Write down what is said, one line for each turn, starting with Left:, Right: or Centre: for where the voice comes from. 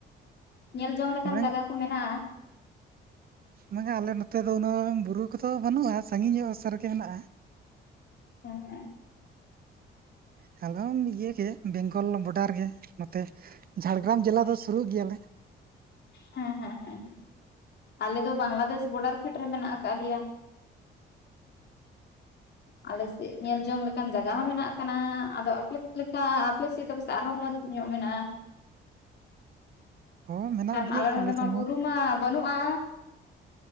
Left: ᱧᱮᱞ ᱡᱚᱝ ᱞᱮᱠᱟᱱ
Right: ᱵᱟᱝ
Left: ᱡᱟᱭᱜᱟ ᱠᱚ ᱢᱮᱱᱟᱜᱼᱟ
Right: ᱵᱟᱝᱟ ᱟᱞᱮ ᱱᱚᱛᱮ ᱫᱚ ᱩᱱᱟᱹᱜ ᱵᱩᱨᱩ ᱠᱚᱫᱚ ᱵᱟᱹᱱᱩᱜᱼᱟ ᱥᱟᱺᱜᱤᱧ ᱧᱚᱜ ᱚᱥᱟ ᱨᱮᱜᱮ ᱢᱮᱱᱟᱜᱼᱟ
Left: ᱦᱮ ᱦᱮᱸ
Right: ᱦᱮᱞᱚᱝ ᱤᱭᱮ ᱜᱮ ᱵᱮᱝᱜᱚᱞ ᱵᱚᱰᱟᱨ ᱜᱮ ᱱᱚᱛᱮ ᱡᱷᱟᱲᱜᱨᱟᱢ ᱡᱮᱞᱟ ᱫᱚ ᱥᱩᱨᱩᱜ ᱜᱮᱭᱟᱞᱮ
Left: ᱦᱮᱸ ᱦᱮᱸ ᱦᱮᱸ ᱟᱞᱮ ᱫᱚ ᱵᱟᱝᱞᱟᱫᱮᱥ ᱵᱚᱰᱟᱨ ᱯᱷᱮᱸᱰ ᱨᱮ ᱢᱮᱱᱟᱜ ᱠᱟᱫ ᱞᱮᱭᱟ ᱟᱞᱮᱥᱮᱫ ᱧᱮᱞ ᱡᱚᱝ ᱞᱮᱠᱟᱱ ᱡᱟᱭᱜᱟ ᱦᱚᱸ ᱢᱮᱱᱟᱜ ᱟᱠᱟᱱᱟ ᱟᱫᱚ ᱟᱯᱮ ᱞᱮᱠᱟ ᱟᱯᱮᱥᱮᱫ ᱫᱚ ᱟᱨᱦᱚᱸ ᱢᱚᱡᱽ ᱧᱚᱜ ᱢᱮᱱᱟᱜᱼᱟ
Right: ᱦᱚᱸ ᱢᱮᱱᱟᱜ
Left: ᱠᱟᱨᱚᱱ
Right: ᱜᱮᱭᱟ
Left: ᱟᱞᱮ ᱱᱚᱰᱮ ᱢᱟ
Right: ᱥᱮᱱ
Left: ᱵᱩᱨᱩ
Right: ᱦᱚᱸ
Left: ᱢᱟ ᱵᱟᱹᱱᱩᱜᱼᱟ